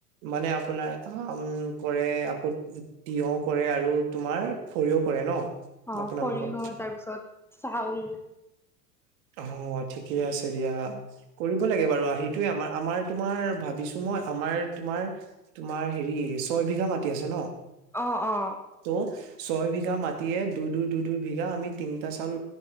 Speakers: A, on the right; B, in the centre.
A: মানে আপোনাৰ আম কৰে, আকৌ তিয়হ কৰে আৰু তোমাৰ সৰিয়হ কৰে ন!
B: অ',
A: আপোনালোকৰ
B: সৰিয়হ তাৰপিছত চাউল।
A: হ' ঠিকে আছে দিয়া। কৰিব লাগে বাৰু আহি, হেইটোয়ে আমাৰ, আমাৰ তোমাৰ ভাবিছোঁ মই আমাৰ তোমাৰ, তোমাৰ হেৰি ছয়বিঘা মাটি আছে ন।
B: অ', অ'।
A: ত' ছয় বিঘা মাটিয়ে দুই, দুই, দুই, দুই বিঘা আমি তিনিটা চাউল